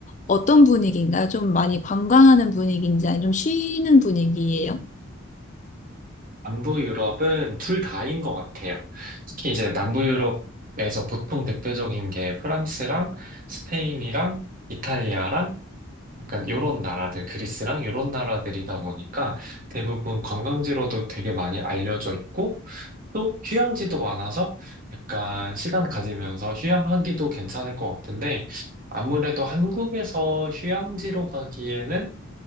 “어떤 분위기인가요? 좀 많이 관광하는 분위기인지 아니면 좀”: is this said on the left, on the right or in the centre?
Left